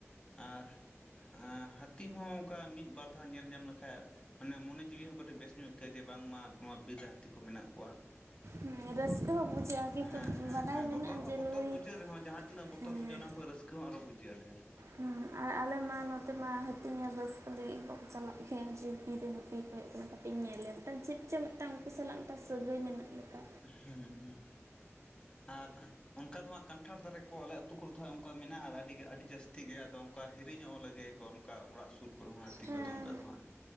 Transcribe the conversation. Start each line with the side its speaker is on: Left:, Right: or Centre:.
Left: ᱟᱨ ᱮᱸ ᱦᱟᱹᱛᱤ ᱦᱚᱸ ᱚᱱᱠᱟ ᱢᱤᱫ ᱵᱟᱨ ᱫᱷᱟᱣ ᱧᱮᱞ ᱧᱟᱢ ᱞᱮᱠᱷᱟᱭ, ᱢᱟᱱᱮ ᱢᱚᱱᱮ ᱡᱤᱣᱤ ᱦᱚᱸ ᱠᱟᱹᱴᱤᱜ ᱵᱮᱥ ᱧᱚᱜ ᱟᱹᱭᱠᱟᱹᱜᱼᱟ ᱡᱮ ᱵᱟᱝᱢᱟ ᱱᱚᱣᱟ ᱵᱤᱨ ᱦᱟᱹᱛᱤ ᱠᱚ ᱢᱮᱱᱟᱜ ᱠᱚᱣᱟ᱾
Right: ᱦᱮᱸ ᱨᱟᱹᱥᱠᱟᱹ ᱦᱚᱸ ᱵᱩᱡᱷᱟᱹᱜᱼᱟ ᱠᱤᱱᱛᱩ
Left: ᱦᱮᱸ ᱦᱮᱸ
Right: ᱵᱟᱰᱟᱭ
Left: ᱦᱮᱸ
Right: ᱢᱮᱱᱟᱜᱼᱟ
Left: ᱵᱚᱛᱚᱨ ᱦᱚᱸ
Right: ᱡᱮ
Left: ᱵᱚᱛᱚᱨ
Right: ᱱᱩᱭ
Left: ᱵᱩᱡᱷᱟᱹᱜ ᱨᱮᱦᱚᱸ ᱡᱟᱦᱟᱸ, ᱛᱤᱱᱟᱹᱜ ᱵᱚᱛᱚᱨ
Right: ᱦᱮᱸ
Left: ᱵᱩᱡᱷᱟᱹᱜ ᱚᱱᱟ ᱠᱷᱚᱭ ᱨᱟᱹᱥᱠᱟᱹ ᱦᱚᱸ ᱟᱨᱚ ᱵᱩᱡᱷᱟᱹᱜᱼᱟ ᱰᱷᱮᱨ᱾
Right: ᱦᱮᱸ ᱟᱨ ᱟᱞᱮ ᱢᱟ ᱱᱚᱛᱮ ᱢᱟ ᱦᱟᱹᱛᱤᱧ ᱧᱮᱞ ᱵᱟᱹᱥᱠᱟᱹ ᱞᱟᱹᱜᱤᱫ ᱵᱟᱠᱚ ᱪᱟᱞᱟᱜ ᱜᱮᱭᱟ ᱡᱮ ᱛᱤᱨᱮ ᱦᱟᱹᱛᱤ ᱠᱚ ᱦᱮᱜ ᱟᱠᱟᱱᱟ, ᱢᱤᱫ ᱤᱧ ᱧᱮᱞᱮ ᱢᱤᱫᱴᱟᱝ ᱪᱮᱫ ᱪᱚᱝ ᱢᱤᱫᱴᱟᱝ ᱩᱱᱠᱩ ᱥᱟᱞᱟᱜ ᱢᱤᱫᱴᱟᱝ ᱥᱟᱹᱜᱟᱹᱭ ᱢᱮᱱᱟᱜ, ᱞᱮᱠᱟ
Left: ᱦᱩᱸ ᱦᱩᱸ ᱟᱨ, ᱚᱱᱠᱟ ᱫᱚ ᱦᱟᱸᱜ ᱠᱟᱱᱴᱷᱟᱲ ᱫᱟᱨᱮ ᱠᱚ ᱟᱞᱮ ᱟᱹᱛᱩ ᱠᱚᱨᱮ ᱫᱚ ᱦᱟᱸᱜ ᱚᱱᱠᱟ ᱢᱮᱱᱟᱜᱼᱟ ᱟᱹᱰᱤ ᱟᱹᱰᱤ ᱡᱟᱹᱥᱛᱤ ᱜᱮᱭᱟ ᱟᱫᱚ, ᱚᱠᱟ ᱦᱤᱨᱤᱧᱚᱜ ᱞᱮᱜᱮᱭᱟᱠᱚ ᱚᱱᱠᱟ ᱚᱲᱟᱜ ᱥᱩᱨ ᱠᱚᱨᱮ ᱦᱚᱸ ᱦᱟᱹᱛᱤ
Right: ᱦᱮᱸ
Left: ᱠᱚᱫᱚ ᱚᱱᱠᱟ ᱫᱚ ᱦᱟᱸᱜ᱾